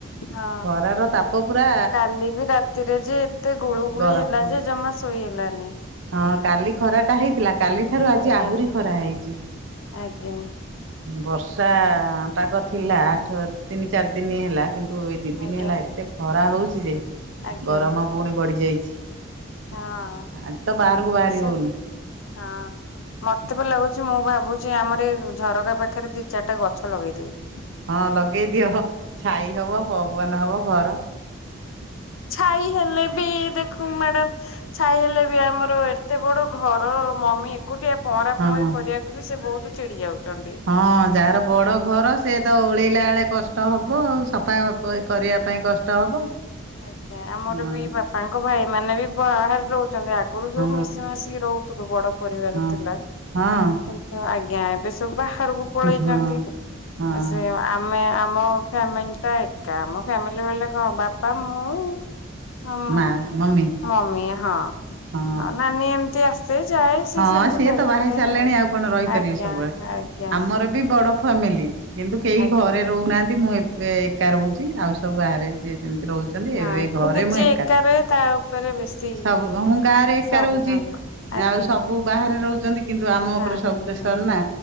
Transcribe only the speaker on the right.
ଖରାର ତାପ ପୁରା
ଗରମ
ହଁ କାଲି ଖରାଟା ହେଇଥିଲା, କାଲି ଠାରୁ ଆଜି
ଆହୁରି ଖରା ହେଇଚି।
ବର୍ଷା ପାଗ ଥିଲା ଆଠ ତିନି ଚାରି ଦିନ ହେଲା କି ତୁ ଏଇ ଦି ଦିନ
ହେଲା ଏତେ ଖରା ହଉଛି ଯେ
ଗରମ ପୁଣି ବଢି ଯାଇଛି।
ଆଜି ତ ବାହାରକୁ ବାହାରି
ହଉନି
ହଁ ଲଗେଇ ଦିଅବ ଛାଇ ହବ ପବନ ହବ ଘର।
ହଁ
ହଁ ଯାହାର ବଡ ଘର ସେ ତ ଓଳେଇଲା ବେଳେ କଷ୍ କଷ୍ଟ ହବ ଆଉ ସଫା
କରିବା ପାଇଁ କଷ୍ଟ ହବ।
ହଁ
ହଁ
ହଁ
ହଁ
ହଁ ହଁ
ମା ମମି
ହଁ
ହଁ
ସିଏ
ତ ବାହା ହେଇ ସାରିଲେଣି
ଆଉ କଣ ରହିପାରିବେ
ସବୁବେଳେ।
ଆମର ବି ବଡ ଫ୍ୟାମିଲି କିନ୍ତୁ କେହି
ଘରେ ରହୁନାହାନ୍ତି ମୁଁ ଏବେ ଏକା ରହୁଛି ଆଉ ସବୁ ବାହାରେ ଯିଏ ଯେମିତି ରହୁଛି। ରହୁଛନ୍ତି
ଏବେ ଘରେ
ମୁଁ ଏକା
ସବୁ କୁ ମୁଁ ଗାଁ ରେ ଏକା
ରହୁଛି
ଆଉ ସବୁ ବାହାରେ ରହୁଛନ୍ତି କିନ୍ତୁ ଆମ
ଉପରେ ସବୁ
ପ୍ରେସର
ନା।